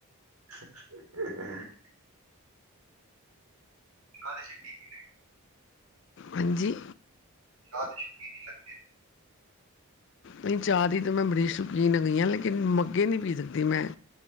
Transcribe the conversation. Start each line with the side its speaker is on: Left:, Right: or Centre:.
Right: <inaudible> <unintelligible>
Left: ਹਾਂਜੀ?
Right: <unintelligible>
Left: ਨਈ ਚਾਅ ਦੀ ਤਾਂ ਮੈਂ ਬੜੀ ਸ਼ੌਕੀਨ ਆ ਗੀ ਆਂ ਲੇਕੀਨ ਮੈਂ ਮੱਗੇ ਨੀ ਪੀ ਸਕਦੀ ਮੈਂ